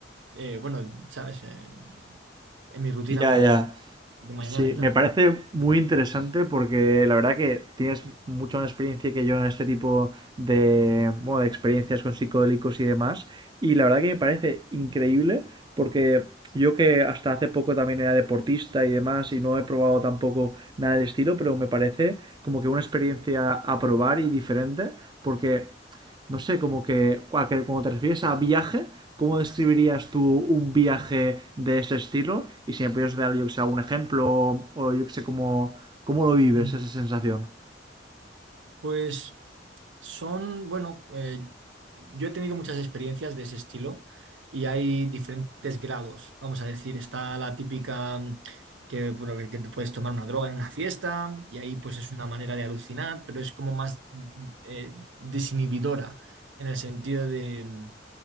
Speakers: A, on the right (about 85°); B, on the right (about 25°).
A: eh, bueno, ¿sabes? Eh, en mi rutina
B: Ya,
A: mm,
B: ya.
A: de mañana
B: Sí,
A: y
B: me
A: tal.
B: parece muy interesante porque la verdad que tienes mucha más experiencia que yo en este tipo de, bueno, de experiencias con psicodélicos y demás. Y la verdad que me parece increíble porque yo que hasta hace poco también era deportista y demás y no he probado tampoco nada del estilo, pero me parece como que una experiencia a probar y diferente porque no sé, como que cuando te refieres a viaje, ¿cómo describirías tú un viaje de ese estilo? Y si me pudieras dar, yo que sé, algún ejemplo o yo que sé, cómo, cómo lo vives
A: Mm.
B: esa sensación.
A: Pues Son, bueno, eh, yo he tenido muchas experiencias de ese estilo y hay diferentes grados. Vamos a decir, está la típica mm, que, bueno, que, que te puedes tomar una droga en una fiesta y ahí pues es una manera de alucinar, pero es como más mm, eh, desinhibidora en el sentido de, mm,